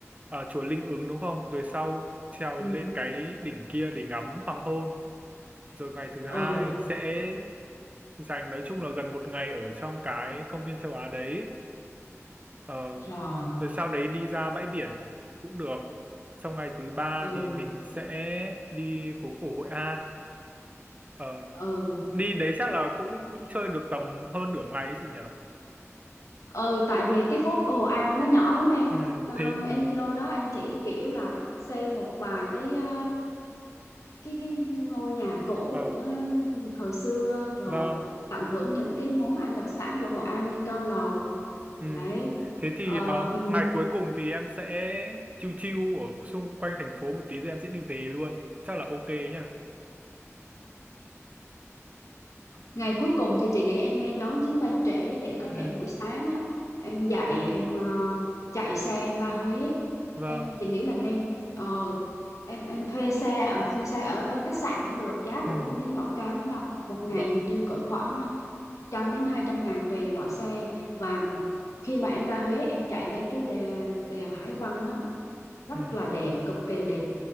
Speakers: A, on the right (about 25°); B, on the left (about 80°).
A: ờ, chùa Linh Ứng đúng không? Rồi sau trèo
B: ừ,
A: lên cái đỉnh kia để ngắm hoàng hôn. Rồi ngày thứ
B: ừ,
A: hai sẽ dành nói chung là gần một ngày ở trong cái công viên châu Á đấy. Ờ,
B: rồi,
A: rồi sau đấy đi ra bãi biển cũng được. Sau ngày thứ ba
B: ừ,
A: thì mình sẽ đi phố cổ Hội An. Ờ,
B: ừ.
A: đi đấy chắc là cũng cũng chơi được tầm hơn nửa ngày ấy chị nhỉ?
B: Ừ, tại vì cái phố cổ Hội An nó nhỏ lắm em
A: Ừ,
B: ờ,
A: thế ừ.
B: em vô đó em chỉ kiểu là xem một vài cái ờ, cái cái ngôi nhà cổ
A: Ờ.
B: của thời xưa rồi
A: Vâng.
B: tận hưởng những cái món ăn đặc sản của Hội An như cao lầu
A: Ừm,
B: đấy
A: Thế thì
B: Ờ,
A: ờ,
B: ừ
A: ngày cuối cùng thì em sẽ chill chill ở xung quanh thành phố một tí rồi em sẽ đi về luôn. Chắc là ok nhá.
B: Ngày cuối cùng thì chị nghĩ em nên đón chuyến bay trễ để có
A: Ừm,
B: thể buổi sáng á, em dậy em ờ, chạy xe ra Huế.
A: Vâng.
B: Em chị nghĩ là nên ờ, em em thuê xe ở thuê xe ở khách sạn cũng được, giá
A: Ừm,
B: cũng không đến nỗi cao lắm đâu. Một ngày
A: Vâng.
B: hình như cỡ khoảng ờ, trăm đến hai trăm ngàn tùy loại xe và khi mà em ra Huế em chạy lên cái đè, đèo Hải Vân á rất
A: Ừm,
B: là đẹp, cực kỳ đẹp